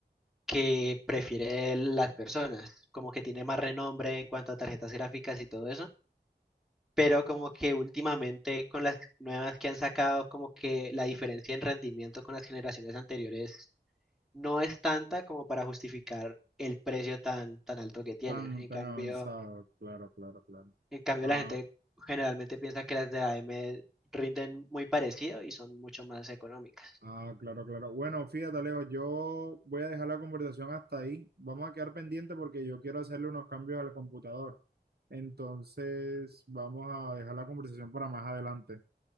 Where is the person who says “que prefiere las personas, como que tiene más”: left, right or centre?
Centre